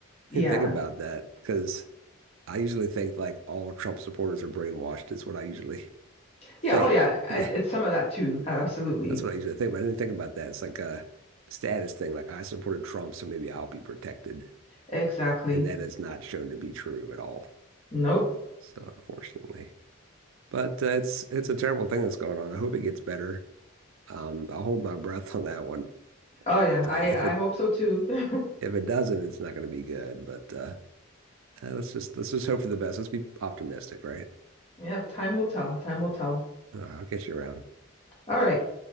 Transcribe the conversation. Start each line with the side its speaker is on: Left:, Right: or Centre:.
Left: yeah,
Right: I didn't think about that because I usually think like all Trump supporters are brainwashed. Is what I usually
Left: yeah,
Right: think.
Left: oh yeah,
Right: <laughs> Yeah,
Left: it, it's some of that too, absolutely,
Right: that's what I usually think. But I didn't think about that. It's like a status thing. Like I supported Trump, so maybe I'll be protected,
Left: exactly.
Right: and that is not shown to be true at all.
Left: Nope.
Right: So unfortunately, but uh, it's it's a terrible thing that's going on. I hope it gets better. Um, I'll hold my breath on that one.
Left: Oh yeah,
Right: But uh,
Left: I
Right: if it
Left: I hope so too. <laughs>
Right: if it doesn't, it's not going to be good. But uh, uh, let's just let's just hope for the best. Let's be optimistic, right?
Left: Yeah, time will tell. Time will tell.
Right: Uh, I'll catch you around.
Left: All right.